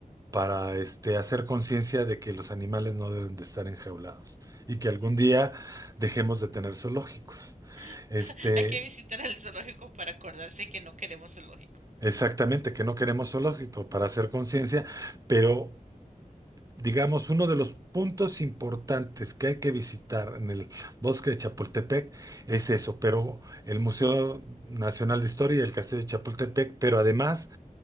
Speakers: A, on the right; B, on the right.
A: para este, hacer conciencia de que los animales no deben de estar enjaulados y que algún día dejemos de tener zoológicos.
B: <laughs>
A: Este,
B: Hay que visitar el zoológico para acordarse que no queremos zoológico.
A: exactamente, que no queremos zoológico para hacer conciencia, pero Digamos, uno de los puntos importantes que hay que visitar en el bosque de Chapultepec es eso, pero el Museo Nacional de Historia y el Castillo de Chapultepec, pero además